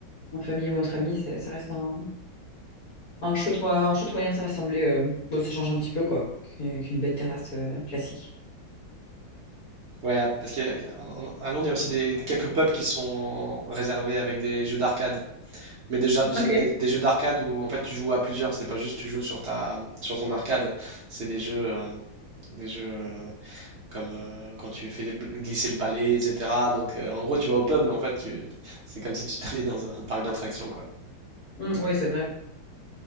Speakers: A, on the left (about 50°); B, on the right (about 75°).
A: En famille ou entre amis, c'est- ça reste un, un chouette, mo- un chouette moyen de se rassembler. euh. Bon, ça change un petit peu, quoi, qu'une qu'une bête terrasse euh, classique.
B: Ouais, ah, parce qu'à à Londres, il y a aussi des, quelques pubs qui sont réservés avec des jeux d'arcade. Mais des, jeux des-
A: Ok.
B: des des jeux d'arcade où en fait tu joues à plusieurs, c'est pas juste tu joues sur ta sur ton arcade, c'est des jeux euh, des jeux euh, comme euh, quand tu fais bl- glisser le palais, etc. Donc euh, en gros tu vas au pub, mais en fait tu c'est comme si tu t'allais dans un parc d'attractions quoi.
A: Mm, oui, c'est vrai.